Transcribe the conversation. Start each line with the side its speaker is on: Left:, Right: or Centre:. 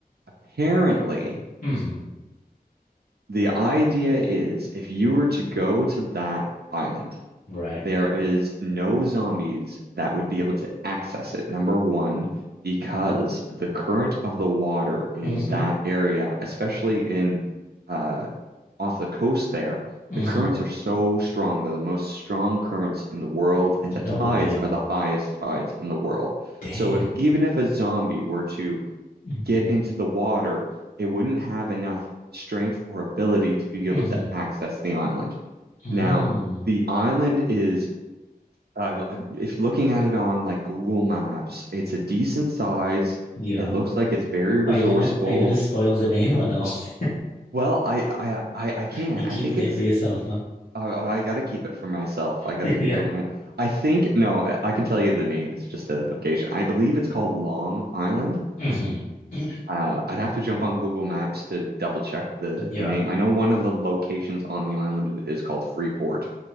Right: Apparently,
Left: hmm
Right: the idea is if you were to go to that island,
Left: Right.
Right: there is no zombies that would be able to access it, number one, because the current of the water in
Left: hmm
Right: that area, especially in uh, off the coast there,
Left: hmm
Right: the currents are so strong. They're the most strong currents in the world, and the tides
Left: No way.
Right: are the highest tides in the world.
Left: Dang.
Right: So if even if a zombie were to
Left: hmm
Right: get into the water, it wouldn't have enough strength or ability to be
Left: hmm
Right: able to access the island.
Left: Mm.
Right: Now, the island is, uh, if looking at it on like Google Maps, it's a decent size.
Left: Yeah.
Right: It looks like it's very resourceful.
Left: Are you gonna are you gonna spoil the name or no? <laughs>
Right: Well, I I I, I can.
Left: You're keeping
Right: I think
Left: it
Right: it's.
Left: for yourself, huh?
Right: I, I got to keep it for myself. I got
Left: <laughs>
Right: to keep
Left: Yeah.
Right: it. my- I think no. I, I can tell you the name. It's just a location. I believe it's called Long Island.
Left: hmm <clears throat>
Right: Uh, I'd have to jump on Google Maps to double check the
Left: Yeah.
Right: the name. I know one of the locations on the island is called Freeport.